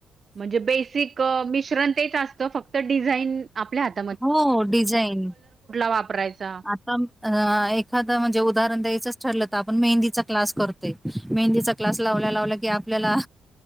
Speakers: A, on the right; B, in the centre.
A: म्हणजे बेसिक मिश्रण तेच असत फक्त डिझाईन आपल्या ह
B: हो डिझाईन
A: वापरायचा
B: आता म अ एखादा म्हणजे उ उदाहरण द्यायचंच ठरलं तर आपण मेहंदीचा क्लास करतोय मेहंदीचा क्लास लावल्या लावला की, आपल्याला.